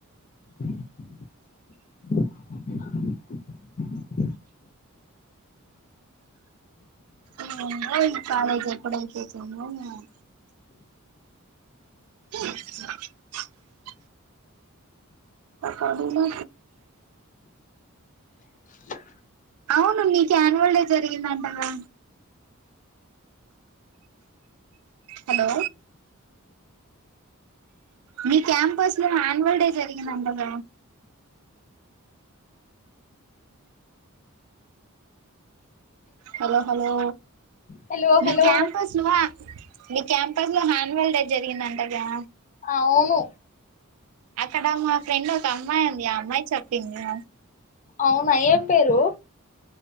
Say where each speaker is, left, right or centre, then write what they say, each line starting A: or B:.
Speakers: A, on the left; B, on the right.
A: <unintelligible>
B: <unintelligible> <unintelligible> ఎందో ఈ కాలేజీ ఎప్పుడు అయితదో సవు <unintelligible> <unintelligible> అకాడు మా
A: <unintelligible>
B: అవును నీకు యాన్యువల్ డే జరిగిందంటగా. హలో మీ క్యాంపస్ లో యాన్యువల్ డే జరిగిం నందగ హలో హలో
A: హలో
B: మీ
A: హలో
B: క్యాంపస్లువా మీ క్యాంపస్ లో హ్యాండ్ వెెల్ట్ ఏ జరిగిందంటగా
A: ఆ అవును
B: అక్కడ మా ఫ్రెండ్ ఒక అమ్మాయి ఉంది ఆ అమ్మాయి చెప్పింది
A: అవునా ఏం పేరు